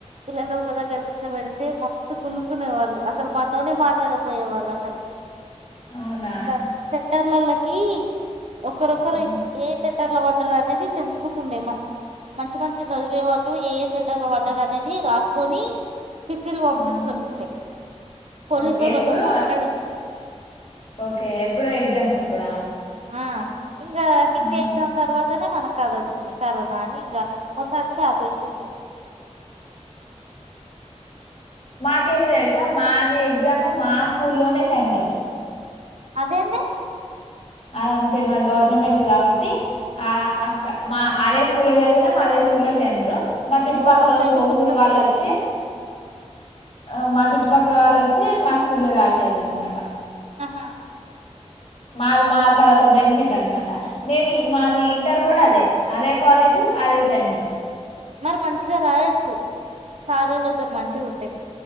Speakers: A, on the right; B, on the left.
A: పిల్లలు ఒక దగ్గర కూస పెడితే మస్తు గులుకునేవాళ్ళు అసలు మాతోనే మాట్లాడపోయే వాళ్ళు అసలు
B: అవునా
A: ఇంగా సెంటర్లలక్ ఒకరొకరు
B: ఆ,
A: ఏ సెంటర్ లో పడ్డరు అనేది తెలుసుకుంటుండే మ మంచి మంచి చదివే వాళ్ళు ఏ ఏ సెంటర్లో పడ్డరు అనేది రాసుకొని చిట్టీలు పంపిస్తుంటుండే
B: ఆ,
A: పోలీసులతో
B: ఓకే ఎప్పుడు
A: మాట్లాడించి
B: ఓకే ఎప్పుడో ఎగ్జామ్స్ అప్పుడా
A: ఆ ఇంగా హిందీ
B: ఆహా.
A: ఎగ్జామ్ తర్వాతనే మనక అది వచ్చింది. కరోన్ కానీ ఇంగా మొత్తానికి ఆపేసిండ్రు.
B: మాకేం దేల్స్ త మాది ఎగ్జామ్ మా స్కూల్లోనే సెంట్రూ
A: అదేంది
B: అదంతే మా గవర్నమెంట్ గాబట్టి ఆ అక్క మా అదే స్కూల్ చదివినా మా అదే స్కూల్ స్కూల్లో సెంటరు మా చుట్టుపక్కల
A: ఓ అట్లయితే పిచ్చ
B: ఊరు వాళ్ళొచ్చి
A: మార్కులు
B: ఆ మా చుట్టుపక్కల వాళ్ళొచ్చి మా స్కూల్లో రాసేది అన్నమాట
A: ఆ
B: మాది మా కద ఒక బెనిఫిట్ అన్నమాట నేను మాది ఇంటర్ గూడా అదే అదే కాలేజు అదే సెంటర్
A: మరి మంచిగా రాయొచ్చు సారీలతో మంచిగా ఉంటే